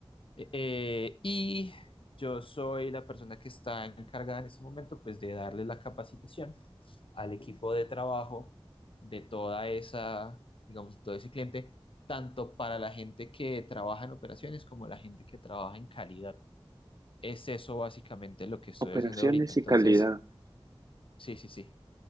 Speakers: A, on the left; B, on the right.
A: Eh, eh, y yo soy la persona que está encargada en este momento, pues, de darle la capacitación al equipo de trabajo de toda esa, digamos, todo ese cliente, tanto para la gente que trabaja en operaciones como la gente que trabaja en calidad. Es eso básicamente lo que estoy
B: operaciones
A: haciendo ahorita. Entonces,
B: y calidad.
A: sí, sí, sí.